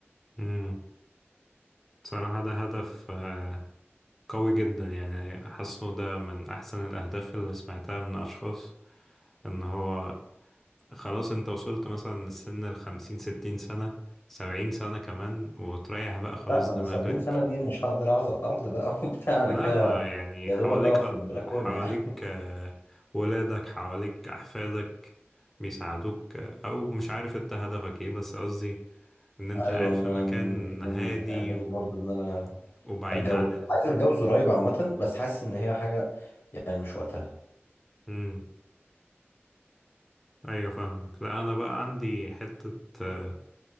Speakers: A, in the centre; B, on the left (about 65°).
A: امم صراحة ده هدف آه، قوي جدا يعني حاسه ده من أحسن الأهداف اللي سمعتها من أشخاص إن هو خلاص أنت وصلت مثلا للسن الخمسين ستين سنة سبعين سنة كمان وتريح بقى خلاص
B: لا ما
A: دماغك
B: انا 70 سنه دي مش هقدر اعزق ارض بقى <laughs> وبتاع انا
A: لا
B: كده
A: ما يعني
B: يا
A: حواليك
B: دوبك اقف في البلكونه
A: حواليك
B: يعني
A: آه، ولادك حواليك أحفادك بيساعدوك آه، أو مش عارف أنت هدفك إيه بس قصدي إن أنت
B: ايوه
A: قاعد
B: ما
A: في
B: انا
A: مكان
B: من من
A: هادي
B: من اهدافي
A: و...
B: برضو ان انا
A: وبعيد
B: اتجوز
A: عن ال
B: عايز اتجوز قريب عامه بس حاسس ان هي حاجه يعني مش وقتها
A: مم. أيوة فاهمك لا أنا بقى عندي حتة آه،